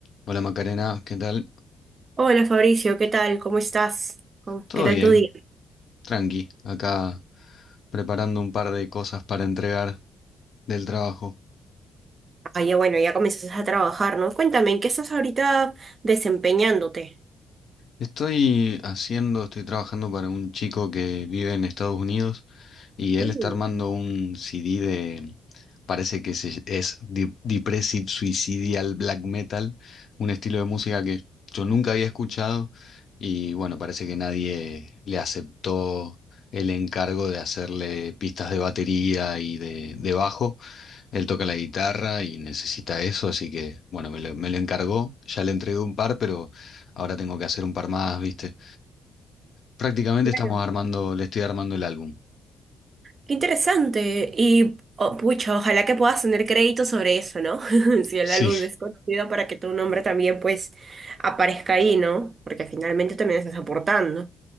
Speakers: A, on the left (about 55°); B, on the right (about 40°).
A: Hola Macarena, ¿qué tal?
B: Hola Fabricio, ¿qué tal? ¿Cómo estás? ¿Cómo-
A: Todo
B: ¿Qué tal
A: bien,
B: tu día?
A: tranqui, acá preparando un par de cosas para entregar del trabajo.
B: Ah, ya bueno, ya comienzas a trabajar, ¿no? Cuéntame, ¿en qué estás ahorita desempeñándote?
A: Estoy haciendo, estoy trabajando para un chico que vive en Estados Unidos y él
B: Mm,
A: está armando un CD de, parece que se- es de- Depressive Suicidal Black Metal, un estilo de música que yo nunca había escuchado y bueno, parece que nadie le aceptó el encargo de hacerle pistas de batería y de, de bajo. Él toca la guitarra y necesita eso, así que bueno, me lo, me lo encargó, ya le entregué un par, pero... Ahora tengo que hacer un par más, ¿viste? Prácticamente
B: claro.
A: estamos armando, le estoy armando el álbum.
B: Qué interesante. Y, oh, pucha, ojalá que puedas tener crédito sobre eso, ¿no? <laughs> Si el
A: Sí,
B: álbum es conocido para que tu nombre también, pues, aparezca ahí, ¿no? Porque finalmente también estás aportando.